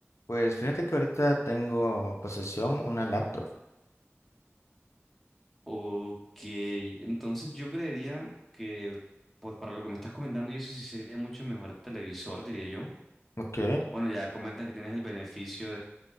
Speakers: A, on the left (about 85°); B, in the centre.
A: Pues fíjate que ahorita tengo en posesión una laptop.
B: Ok, entonces yo creería que, pues para lo que me estás comentando, y eso sí sería mucho mejor el televisor, diría yo.
A: Ok.
B: Bueno, ya comentas que tienes el beneficio